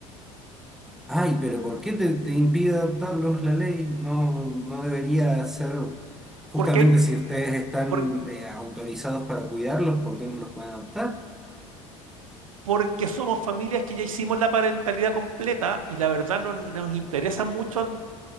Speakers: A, in the centre; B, on the right.
A: Ay, pero ¿por qué te, te impide adoptarlos la ley? No, no debería ser, justamente
B: Porque hay,
A: si ustedes están
B: por-
A: eh, autorizados para cuidarlos, ¿por qué no los pueden adoptar?
B: porque somos familias que ya hicimos la parentalidad completa y la verdad no nos interesa mucho